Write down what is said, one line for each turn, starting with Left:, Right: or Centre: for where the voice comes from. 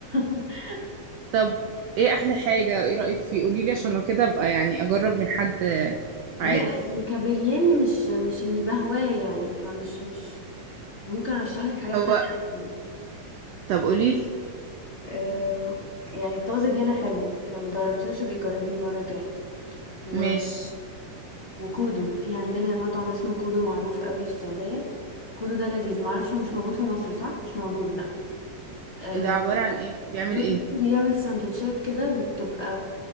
Left: <laughs>
Right: طب ايه احلى حاجة ايه رأيك فيه قوليلي عشان لو كده ابقى يعني اجرب من حد
Left: لا
Right: عارف
Left: يعني كبرياني مش مش اني بهواه يعني فمش مش ممكن ارشح لك حاجات
Right: هو
Left: تانية احسن
Right: طب قوليلي
Left: آه يعني الطازج هنا حلو لو مجربتيهوش بيجربيه جربيه المره الجايه و...
Right: ماشي
Left: وكودو في عندنا مطعم اسمه كودو معروف قوي في السعوديه كودو ده لذيذ معرفش هو مش موجود في مصر صح مش موجود لا آه،
Right: ده عبارة عن ايه بيعمل
Left: ده
Right: ايه
Left: بص بيعمل سندوتشات كده بتبقى